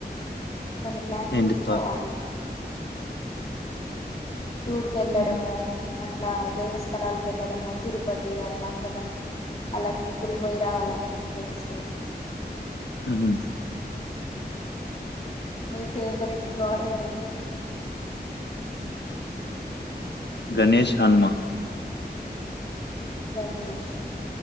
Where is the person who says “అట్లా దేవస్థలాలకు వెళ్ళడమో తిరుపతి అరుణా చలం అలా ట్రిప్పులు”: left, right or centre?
Left